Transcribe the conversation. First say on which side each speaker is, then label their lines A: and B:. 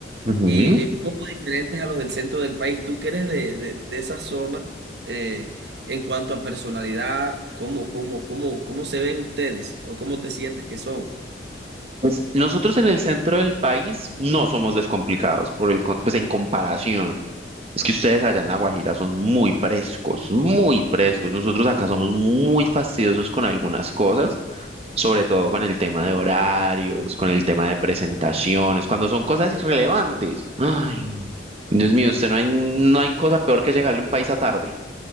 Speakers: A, on the right; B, on the right.
A: ujú.
B: y eh, un poco diferentes a los del centro del país. Tú que eres de, de, de esa zona, eh, en cuanto a personalidad, ¿cómo, cómo, cómo, cómo se ven ustedes o cómo te sientes que son?
A: Pues nosotros en el centro del país no somos descomplicados, por el, con- pues en comparación. Es que ustedes allá en La Guajira son muy frescos, muy frescos. Nosotros acá somos muy fastidiosos con algunas cosas, sobre todo con el tema de horarios, con el tema de presentaciones, cuando son cosas irrelevantes. Ay, Dios mío, usted no hay, no hay cosa peor que llegarle a un país a tarde.